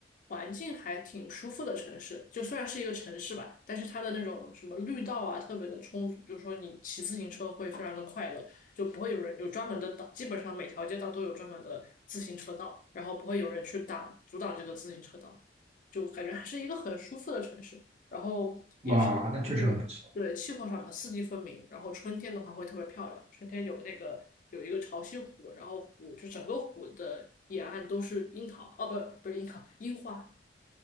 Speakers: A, on the left (about 45°); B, on the right (about 35°).
A: 环境还挺舒服的城市，就虽然是一个城市吧，但是它的那种什么绿道啊特别的充足，就是说你骑自行车会非常的快乐。就不会有人有专门的道，基本上每条街道都有专门的自行车道，然后不会有人去挡阻挡这个自行车道，就感觉还是一个很舒服的城市。然后也是就是对气候上的四季分明，
B: 哇，那确实很不错，
A: 然后春天的话会特别漂亮，春天有那个有一个潮汐湖，然后湖就整个湖的沿岸都是樱桃，哦不不是樱桃，樱花，